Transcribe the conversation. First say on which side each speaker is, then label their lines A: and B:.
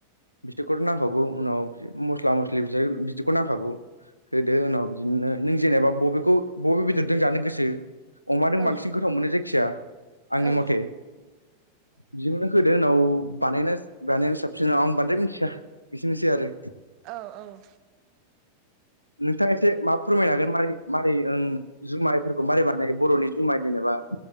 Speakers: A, on the left (about 90°); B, on the right (about 40°).
A: बिदिखौथ नांखागौ उनाव मस्ला मस्लि बि बिदिखौ नांखागौ होदो उनाव बिदिनो नों जेनेबा बबे खौ बबे बेदरजों जानो गोसो अमाजों
B: औ
A: बांसिन गोथाव मोनो जायखिजाया आंनि
B: औ
A: मथे बिजोंनो होदो उनाव बानायना बानाय साबसिन आं बांद्राय मिथिया बिसेनोसै आरो
B: औ औ
A: नोंथाङा एसे माबा फोरमायनो हागोन मारै मारै ओं जुमायफोरखौ मारै बानायो बरनि जुमाय जेनेबा